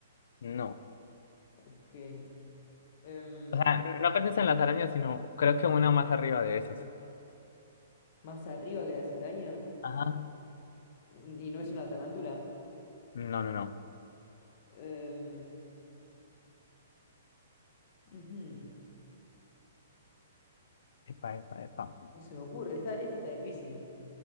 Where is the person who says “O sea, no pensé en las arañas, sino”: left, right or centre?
Left